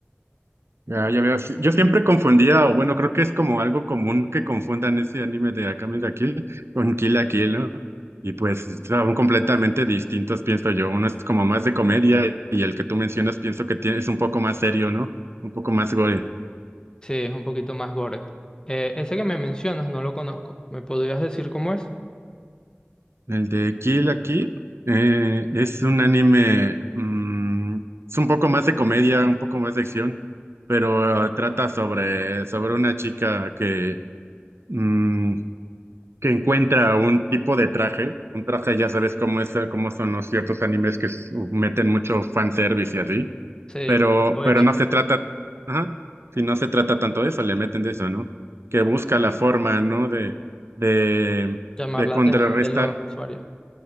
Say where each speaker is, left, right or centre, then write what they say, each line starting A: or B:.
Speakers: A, on the right; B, on the left.
A: Ah, ya veo. sí. Yo siempre confundía, o bueno, creo que es como algo común que confundan ese anime de Akame de Kill con Kill la Kill, ¿no? Y pues son completamente distintos, pienso yo. Uno es como más de comedia y el que tú mencionas pienso que tiene, es un poco más serio, ¿no? Un poco más gore.
B: Sí, es un poquito más gore. Eh, ese que me mencionas no lo conozco, ¿me podrías decir cómo es?
A: El de Kill la Kill eh, es un anime, mm, es un poco más de comedia, un poco más de acción pero eh, trata sobre, sobre una chica que, mm, que encuentra un tipo de traje, un traje ya sabes cómo es, eh, cómo son los ciertos animes que s- meten mucho fanservice y así,
B: Se
A: pero,
B: mo- lo
A: pero
B: eche,
A: no se trata, ajá, si no se trata tanto de eso, le meten de eso, ¿no? Que busca la forma, ¿no? De, de,
B: llamar
A: de
B: la
A: contrarrestar,
B: atención de los usuarios.